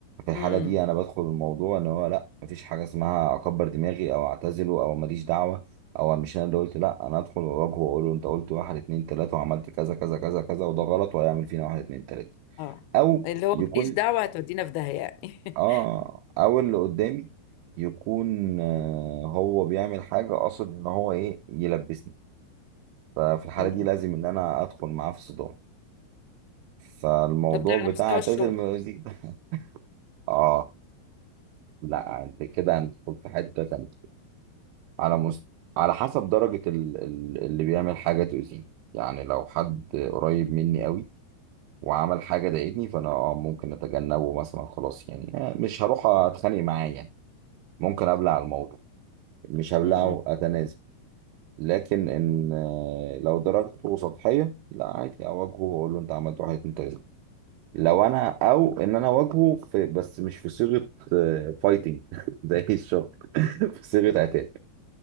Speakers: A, on the right; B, on the left.
A: في الحاله
B: امم
A: دي انا بدخل الموضوع ان هو لا مفيش حاجه اسمها اكبر دماغي او اعتزله او ماليش دعوه او مش انا اللي قلت لا انا ادخل واواجهه واقول له انت قلت واحد اتنين تلاته وعملت كذا كذا كذا كذا وده غلط وهيعمل فينا واحد اتنين تلاته
B: اه
A: او
B: اللي هو
A: يكون
B: ماليش دعوة هتودينا في داهية يعني <laughs>
A: اه او اللي قدامي يكون آه هو بيعمل حاجه قاصد ان هو ايه يلبسني ففي الحاله
B: مم.
A: دي لازم ان انا ادخل معاه في صدام فالموضوع
B: طب ده على
A: بتاع
B: مستوى
A: اعتزل
B: الشغل
A: من الوزير <laughs> اه لا انت كده هندخل في حته تانيه على مست... على حسب درجه ال... ال... اللي بيعمل حاجه تؤذيني يعني لو حد قريب مني قوي وعمل حاجه ضايقتني فانا آه ممكن اتجنبه مثلا خلاص يعني آه مش هروح اتخانق معاه يعني ممكن ابلع الموضوع مش هبلعه
B: مم.
A: اتنازل لكن ان آه، لو درجته سطحيه لا عادي اواجهه واقول له انت عملت واحد اتنين تلاته لو انا او ان انا اواجهه في بس مش في صيغه فايتنج <laughs> زي الشغل في صيغه عتاب